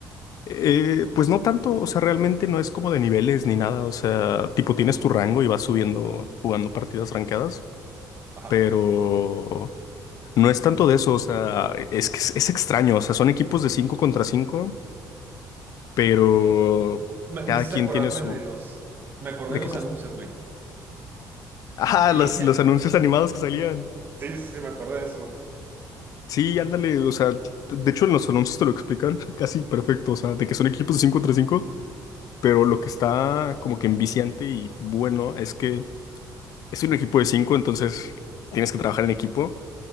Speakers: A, on the left; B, on the right.
A: Eh, pues no tanto. O sea, realmente no es como de niveles ni nada. O sea, tipo, tienes tu rango y vas subiendo jugando partidas rankeadas.
B: Ajá.
A: Pero. No es tanto de eso, o sea, es que es, es extraño, o sea, son equipos de 5 contra 5, pero
B: Y bueno, me,
A: cada
B: me hiciste
A: quien
B: acordarme
A: tiene su...
B: de los, me acordé
A: ¿De
B: de
A: qué
B: los
A: cosa?
B: anuncios, güey.
A: Ah,
B: Elige.
A: los, los anuncios animados que salían.
B: Sí, sí, sí, me acordé de eso, güey.
A: Sí, ándale, o sea, de hecho en los anuncios te lo explican <laughs> casi perfecto, o sea, de que son equipos de 5 contra 5, pero lo que está como que enviciante y bueno es que es un equipo de 5, entonces tienes que trabajar en equipo,